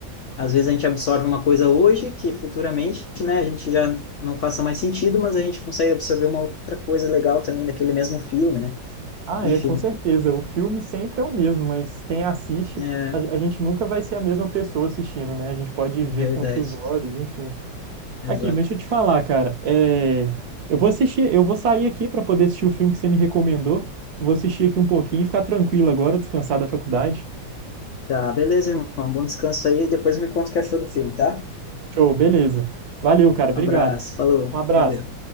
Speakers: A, on the left; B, on the right.
A: às vezes a gente absorve uma coisa hoje que futuramente, né, a gente já não faça mais sentido, mas a gente consegue absorver uma outra coisa legal também daquele mesmo filme, né?
B: Ah,
A: Enfim,
B: é, com certeza. O filme sempre é o mesmo, mas quem assiste,
A: é
B: a, a gente nunca vai ser a mesma pessoa assistindo, né? A gente pode
A: verdade.
B: ver com outros olhos, enfim.
A: Exato.
B: Aqui, mas deixa eu te falar, cara. É... Eu vou assistir, eu vou sair aqui para poder assistir o filme que você me recomendou. Vou assistir aqui um pouquinho e ficar tranquilo agora, descansar da faculdade.
A: Tá, beleza, irmão. Bom descanso aí. Depois me conta o que achou do filme, tá?
B: Show, beleza. Valeu, cara. Obrigado.
A: Abraço, falou,
B: Um abraço.
A: valeu.